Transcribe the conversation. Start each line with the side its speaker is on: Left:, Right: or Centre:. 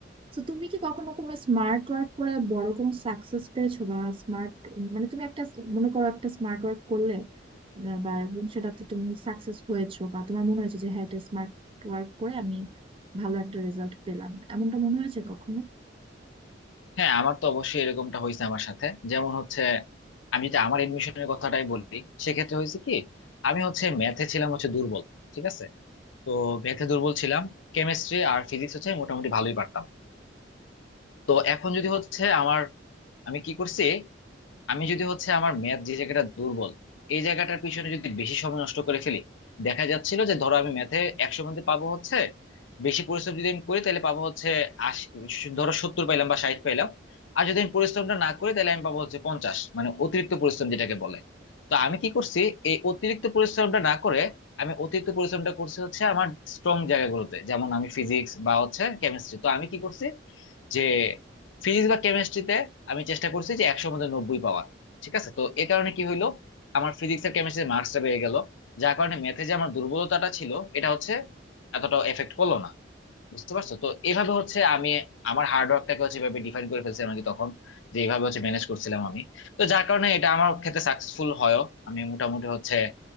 Right: তো তুমি কি কখনো কোনো স্মার্ট ওয়ার্ক করে বড় কোনো সাকসেস পেয়েছো বা স্মার্ট মানে তুমি একটা মনে করো একটা স্মার্ট ওয়ার্ক করলে আহ, বা এবং সেটাতে তুমি সাকসেস হয়েছো বা তোমার মনে হয়েছে যে হ্যাঁ এটা স্মার্ট ওয়ার্ক করে আমি ভালো একটা রেজাল্ট পেলাম এমনটা মনে হয়েছে কখনো
Left: হ্যাঁ আমার তো অবশ্যই এরকমটা হয়েছে আমার সাথে যেমন হচ্ছে আমি যদি আমার এডমিশনের কথাটাই বলি সেক্ষেত্রে হয়েছে কি আমি হচ্ছে ম্যাথে ছিলাম হচ্ছে দুর্বল ঠিক আছে তো ম্যাথে দুর্বল ছিলাম কেমিস্ট্রি আর ফিজিক্স হচ্ছে মোটামুটি ভালোই পারতাম তো এখন যদি হচ্ছে আমার আমি কি করছি আমি যদি হচ্ছে আমার ম্যাথ যে জায়গাটা দুর্বল এই জায়গাটার পিছনে যদি বেশি সময় নষ্ট করে ফেলি দেখা যাচ্ছিল যে ধরো আমি ম্যাথে একশো মধ্যে পাবো হচ্ছে বেশি পরিশ্রম যদি আমি করি তাহলে পাবো হচ্ছে আশি ধরো সত্তর পাইলাম বা ষাট পাইলাম আর যদি আমি পরিশ্রমটা না করি তাহলে আমি পাবো হচ্ছে পঞ্চাশ মানে অতিরিক্ত পরিশ্রম যেটাকে বলে তো আমি কি করছি এই অতিরিক্ত পরিশ্রমটা না করে আমি অতিরিক্ত পরিশ্রমটা করছি হচ্ছে আমার স্ট্রং জায়গাগুলোতে যেমন আমি ফিজিক্স বা হচ্ছে কেমিস্ট্রি তো আমি কি করছি যে ফিজিক্স বা কেমিস্ট্রিতে আমি চেষ্টা করছি যে একশোর মধ্যে নব্বই পাওয়ার ঠিক আছে তো এ কারণে কি হইলো আমার ফিজিক্স আর কেমিস্ট্রিতে মার্কসটা বেড়ে গেল যার কারণে ম্যাথে যে আমার দুর্বলতাটা ছিল এটা হচ্ছে এতটাও এফেক্ট করলো না বুঝতে পারছো তো এভাবে হচ্ছে আমি আমার হার্ড ওয়ার্কটাকে হচ্ছে এভাবে ডিফাইন করে ফেলছিলাম আর কি তখন যে এইভাবে হচ্ছে ম্যানেজ করছিলাম আমি তো যার কারণে এটা আমার ক্ষেত্রে সাকসেসফুল হয়ও আমি মোটামুটি হচ্ছে